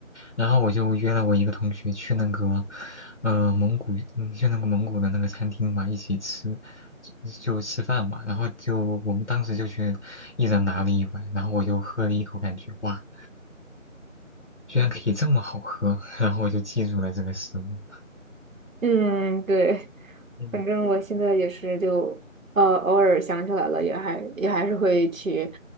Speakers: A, on the left; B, on the right.
A: 然后我就约了我一个同学去那个，呃，蒙古，嗯，去那个蒙古的那个餐厅嘛，一起吃，就就吃饭嘛，然后就我们当时就去一人拿了一碗，然后我就喝了一口，感觉哇。居然可以这么好喝，<laughs> 然后我就记住了这个食物。
B: 嗯，对，
A: 嗯，
B: 反正我现在也是就呃偶尔想起来了，也还也还是会去